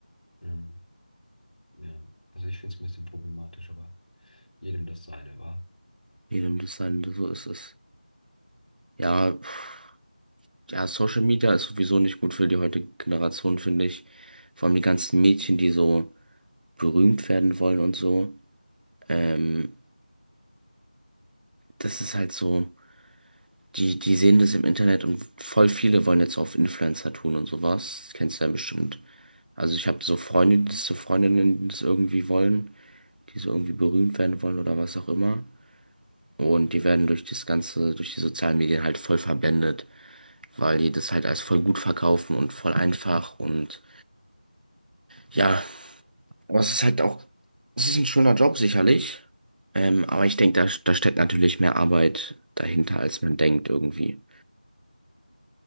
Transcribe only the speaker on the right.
jedem das sein, so ist es. Ja, pf, ja, Social Media ist sowieso nicht gut für die heutige Generation, finde ich. Vor allem die ganzen Mädchen, die so berühmt werden wollen und so. Ähm, das ist halt so, die, die sehen das im Internet und voll viele wollen jetzt auf Influencer tun und sowas. Das kennst du ja bestimmt. Also ich habe so Freunde, die das so Freundinnen, die das irgendwie wollen. die so irgendwie berühmt werden wollen oder was auch immer. Und die werden durch das Ganze, durch die sozialen Medien halt voll verblendet, weil die das halt als voll gut verkaufen und voll einfach und ja, aber es ist halt auch, es ist ein schöner Job sicherlich. Ähm, aber ich denke, da, da steckt natürlich mehr Arbeit dahinter, als man denkt irgendwie.